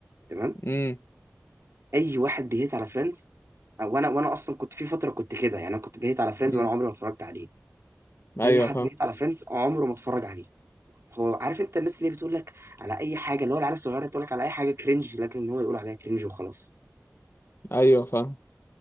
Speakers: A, on the right; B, on the left.
A: تمام
B: امم
A: اي واحد بيهيت على فريندز او انا وانا اصلا كنت في فتره كنت كده يعني انا كنت بيهيت على فريندز
B: امم
A: وانا عمري ما اتفرجت عليه
B: ايوه
A: اي حد
B: فاهم
A: بيهيت على فريندز عمره ما اتفرج عليه هو عارف انت الناس اللي بتقول لك على اي حاجه اللي هو العيال الصغيره تقول لك على اي حاجه كرنج لكن هو يقول عليها كرنج وخلاص
B: ايوه فاهم